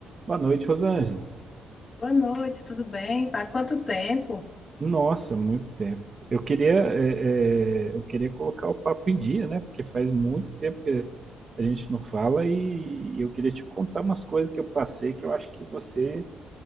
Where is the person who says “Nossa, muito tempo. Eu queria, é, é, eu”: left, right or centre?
Right